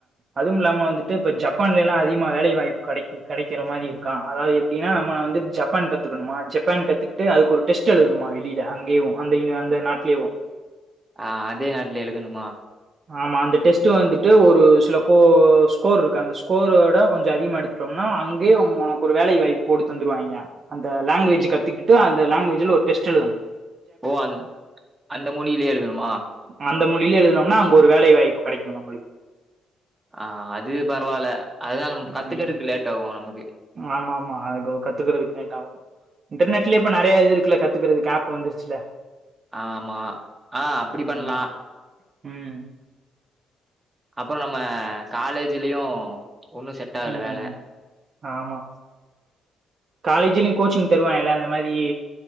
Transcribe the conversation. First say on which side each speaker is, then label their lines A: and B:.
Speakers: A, on the right (about 45°); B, on the right (about 15°).
A: அதுமில்லாம வந்துட்டு இப்ப ஜப்பான்லல்லா அதிகமா வேலைவாய்ப்பு கடைக்கு கெடைக்கற மாரி இருக்கா அதாது எப்டினா நம்ம வந்து ஜப்பான் கத்துக்கணுமா ஜப்பான் கத்துக் ட்டு அதுக்கு ஒரு டெஸ்ட் எழுதணுமா வெளில அங்கியேவு அந்த யுனி அந்த நாட்லேவு
B: ஆ அதே நாட்ல எழுதணுமா
A: ஆமா அந்த டெஸ்ட்டு வந்துட்டு ஒரு சில கோ ஸ்கோர் இருக்கு அந்த ஸ்கோரோட கொஞ்ச அதிகமாக எடுத்துட்டோம்னா அங்கியே ஒங் ஒனக்கு ஒரு வேலை வாய்ப் போட்டு தந்துருவாய்ங்க அந்த லேங்வேஜ் கத்துகிட்டு அந்த லேங்வேஜ்ல ஒரு டெஸ்ட்டெழுதனு
B: ஓ அந்த அந்த மொழிலியே எழுதணுமா
A: அந்த மொழிலியே எழுதனம்னா அங்க ஒரு வேலை வாய்ப்பு கெடைக்கு நம்மளுக்கு
B: ஆ அது பரவால்ல அதல்லா நம்
A: ம்
B: கத்துக்கறக்கு லேட்டாவு நமக்கு
A: ஆமா ஆமா அது கத்துக்கறக் லேட்டாவு இன்டர்நெட்லயே இப்ப நறைய இது இருக்குல்ல கத்துக்கறது ஆப் வந்துருச்சுல
B: ஆமா ஆ அப்டி
A: ம்
B: பண்லா
A: ம்
B: அப்றோ நம்ம காலேஜிலியு ஒன்னு செட்டாகல
A: ம்
B: வேல
A: ஆமா காலேஜிலையு கோச்சிங் தருவாங்ல அந்த மாரி